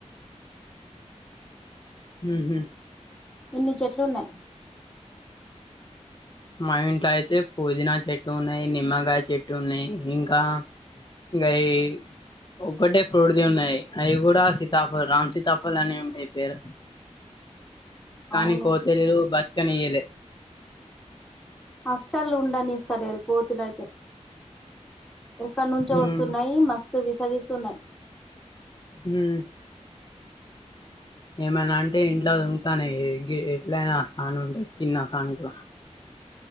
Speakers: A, on the left (about 35°); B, in the centre.
A: ఉహు
B: ఇన్ని చెట్లున్నాయ్
A: మా ఇంట్లో అయితే పోదీనా చెట్టున్నాయి నిమ్మకాయ చెట్టున్నాయ్ ఇంకా గయి ఒక్కటే ఫ్రోడ్ది ఉన్నాయి అవి కూడా సితాఫ రామ్ సితాఫల్ అని ఉంటాయి పేరు కానీ
B: అవును
A: కోతరిలు బతుకనియ్యలే
B: అస్సల్ ఉండనిస్తలేరు కోతులయితే ఎక్కడ నుంచో
A: ఉమ్
B: వస్తున్నాయి మస్ తు విసగిస్తున్నాయ్
A: ఉమ్ ఏమైనా అంటే ఇంట్లో దొంకుతానయ్ ఎట్లయినా సాను ఉండె చిన్న సానుకు